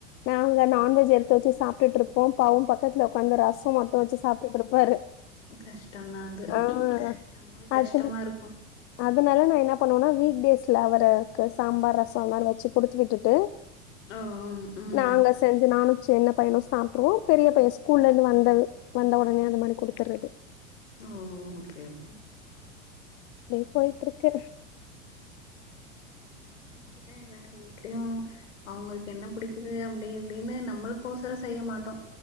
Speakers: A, on the left; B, on the left.
A: நாங்க
B: ஆமா
A: நான்வெஜ் எடுத்து வச்சு சாப்ட்டுருப்போ பாவோ பக்கத்துல உக்காந்து ரசோ மட்டு வச்சு சா திட்டு இருப்பாரு
B: கஷ்டோ தா அது
A: ஆஹ்
B: நம்மளுக்
A: அது
B: கஷ்டமா இருக்கூ
A: அதனால நான் என்ன பண்ணுவேனா வீக் டேஸ்ல அவருக்கு சாம்பார் ரசம் அது மாரி வச்சு குடுத்து விட்டுட்டு
B: ஓ உம் உம்
A: நாங்க செஞ்சு நானும் சென்ன பையனு சாப்ட்ருவோ பெரிய பைய ஸ்கூல்லந்து வந்த வந்த உட பன்னி அந்த மாரி குடுதறது
B: ஓ ஓகே ஓகே
A: இதே போயிட்டு இருக்கு
B: மாரி தா எ நலமயு ட்லியு அவுங்களுக்கு என்ன பிடிக்குது அப்டி இப்டின்னு நம்மளுக்கோசரோ செய்ய மாட்டோ